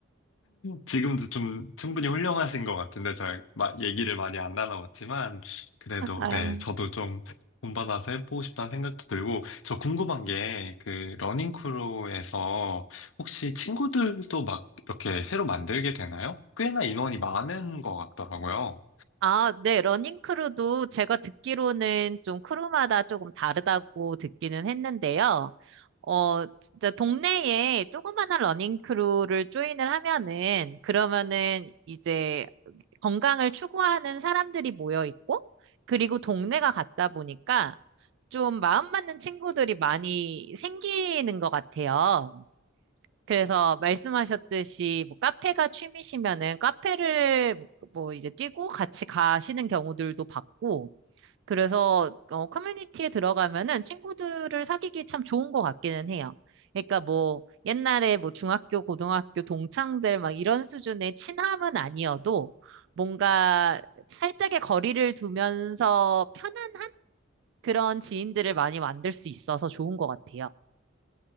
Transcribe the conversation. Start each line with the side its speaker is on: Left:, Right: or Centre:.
Left: 지금도 좀 충분히 훌륭하신 것 같은데, 잘 마- 얘기를 많이 안 나눠봤지만, 그래도,
Right: <laughs> 아,
Left: 네, 저도 좀 본받아서 해보고 싶다는 생각도 들고, 저 궁금한 게, 그, 러닝크루에서 혹시 친구들도 막 이렇게 새로 만들게 되나요? 꽤나 인원이 많은 것 같더라고요.
Right: 아, 네, 러닝 크루도 제가 듣기로는 좀 크루마다 조금 다르다고 듣기는 했는데요. 어, 진짜 동네에 조그마한 러닝 크루를 조인을 하면은 그러면은 이제 건강을 추구하는 사람들이 모여 있고 그리고 동네가 같다 보니까 좀 마음 맞는 친구들이 많이 생기는 것 같아요. 그래서 말씀하셨듯이 뭐 카페가 취미시면은 카페를 뭐뭐 이제 뛰고 같이 가시는 경우들도 봤고 그래서 어 커뮤니티에 들어가면은 친구들을 사귀기 참 좋은 것 같기는 해요. 그러니까 뭐 옛날에 뭐 중학교, 고등학교 동창들 막 이런 수준의 친함은 아니어도 뭔가 살짝의 거리를 두면서 편안한 그런 지인들을 많이 만들 수 있어서 좋은 것 같아요.